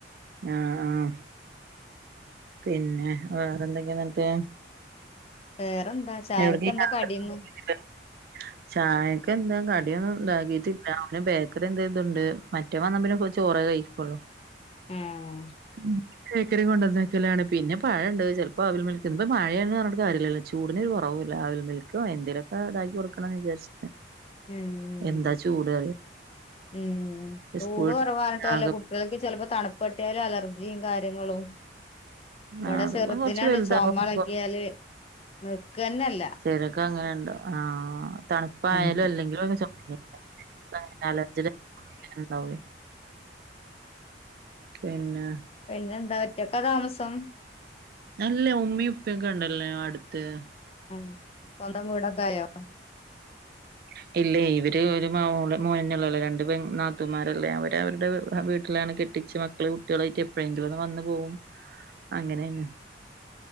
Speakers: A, on the right (about 55°); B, on the left (about 30°).
A: ആഹ് ആഹ് പിന്നെ വേറന്തക്കെ ന്ന്ട്ട്
B: വേറെന്താ ചായക്ക്
A: എവ്ട് <unintelligible>
B: എന്താ കടിന്ന്
A: ച്ചായക്ക് എന്താ കടിയൊന്നും ഇണ്ടാക്കിട്ടി അവന് ബേക്കറി എന്തേ തുണ്ട് മറ്റേ വന്നാ പിന്നെ ചോറ കഴിക്കൊള്ളു
B: ഏഹ്
A: ഉം ബേക്കറി കൊണ്ടന്നക്കലാണ് പിന്നെ പഴണ്ട് ചെല് പ്പോ അവിൽ മിൽക്ക് ഇപ്പ മഴയാണ് പറഞ്ട്ട് കാര്യലല്ലോ ചൂടിനൊരു കൊറവൂല്ല അവിൽ മിൽക്കോ എന്തേലൊക്കെ ഇതാക്കി കൊടുക്കണന്ന് വിചാരിച്ച്
B: ഉം
A: എന്താ ചൂട് അറിയോ
B: ഉം ചൂട്
A: സ്കൂൾ
B: കൊറവാർഞ്ട്ട് കാര്യല്ല
A: ആകെ
B: കുട്ടികൾക്ക് ചെലപ്പോ തണ് പെട്ട്യാൽ അലർജിം കാര്യങ്ങളും ഇവടെ
A: ആഹ് അത്
B: ചെർദിനണ്ട്
A: കുറച്ച് വലുതാവുമ്പോ
B: ചൊമ അളഗ്യാല് നിക്കന്നല്ല
A: ചേലോര്ക്ക് അങ്ങനെ ഇണ്ടാവും ആഹ് തണുപ്പായാലും
B: ഉം
A: അല്ലെങ്കിലും ചൊമന്നേ ആക്കാരം <unintelligible> അലർജി ഡേ ഇണ്ടാവേ പിന്നെ
B: പിന്നെന്താ ഒറ്റക്കാ താമസം
A: നല്ല ഉമ്മിം ഉപ്പിയൊക്ക ഇണ്ടല്ലോ അട്ത്ത്
B: ആഹ് സ്വന്തം വീടൊക്ക ആയോ
A: <inaudible> ഇല്ലേ ഇവര് ഒര് മോള് മോനന്നേ ഒള്ളല്ലേ രണ്ട് പെ നാത്തുമാരല്ലേ അവര് അവര്ടെ വീ വീട്ടിലാണ് കെ ട്ടിച്ച് മക്കള് കുട്ടേളായ്റ്റ് എപ്പഴെങ്കിലും ഒന്ന് വന്ന് പോവും അങ്ങനെണ്